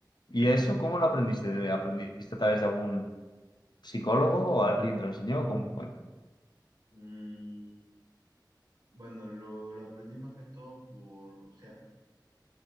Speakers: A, on the left; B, on the right.
A: ¿Y eso cómo lo aprendiste? ¿De- ¿Aprendiste a través de algún psicólogo o alguien te lo enseñó? ¿Cómo fue?
B: Mm, Bueno, lo, lo aprendí más que todo por, o sea,